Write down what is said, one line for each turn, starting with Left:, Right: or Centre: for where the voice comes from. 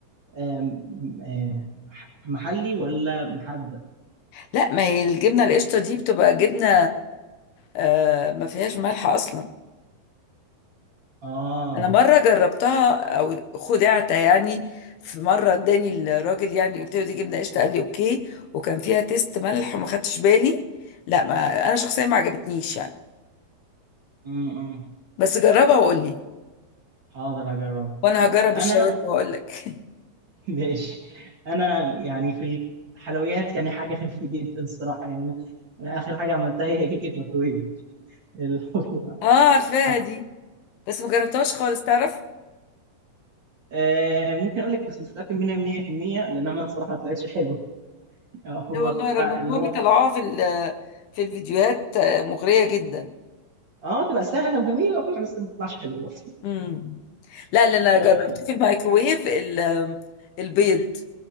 Right: آه آه محلي ولا محدق
Left: لا ما هي الجبنه القشطه دي بتبقى جبنه آه ما فيهاش ملح اصلا
Right: اه
Left: انا مره جربتها او خدعت يعني في مره اداني الراجل يعني قلت له دي جبنه قشطه قال لي اوكي وكان فيها تيست ملح وما خدتش بالي لا ما انا شخصيا ما عجبتنيش يعني
Right: امم
Left: بس جربها وقول لي
Right: حاضر اجرب
Left: وانا هجرب
Right: انا
Left: الشاورما واقول لك <laughs>
Right: <laughs> ماشي انا يعني في الحلويات يعني حاجه خفيفه جدا الصراحه يعني انا أنا اخر حاجه عملتها هي كيكه مكرونه اللي هو <laughs>
Left: اه عارفاها
Right: حط-
Left: دي بس ما جربتهاش خالص تعرف
Right: آه، ممكن اقول لك بس مش متاكد منها 100% لان انا الصراحه ما طلعتش حلوه آه، هو
Left: لا والله رغم
Right: اللي
Left: ان هو
Right: هو
Left: بيطلعوها في ال- في الفيديوهات آه، مغرية جدا
Right: اه تبقى سهله وجميله وكل حاجة، بس ما تطلعش حلوه
Left: امم لا لا انا
Right: آه،
Left: جربت في الميكروويف ال- البيض